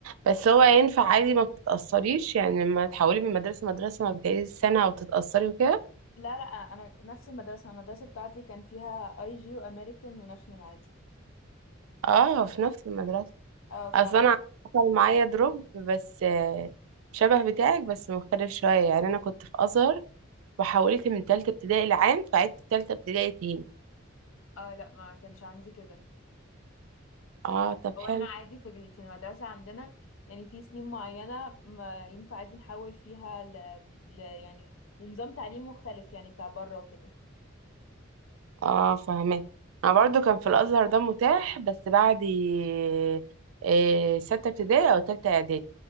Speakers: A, on the right; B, on the left.
A: بس هو ينفع عادي ما بتتأثريش يعني لما تحولي من مدرسة لمدرسة ما بتعيدي سنة وتتأثري وكده
B: لا لا انا نفس المدرسه المدرسه بتاعتي كان فيها اي جي وامريكان وناشونال عادي
A: اه في نفس المدرسة
B: اه
A: اصل
B: ف اه
A: انا حصل معايا دروب بس آه، شبه بتاعك بس مختلف شوية يعني انا كنت في ازهر وحولت من تالتة ابتدائي لعام فعدت تالتة ابتدائي تاني
B: آه، لا ما كانش عندي كده
A: اه طب
B: هو
A: حلو
B: احنا عادي في ال- في المدرسة عندنا يعني في سنين معينة ما ينفع عادي نحول فيها ل... ل... يعني لنظام تعليم مختلف يعني بتاع بره وكده
A: اه فاهمه انا برضو كان في الازهر ده متاح بس بعد ي- إيه سته ابتدائي او تالته اعدادي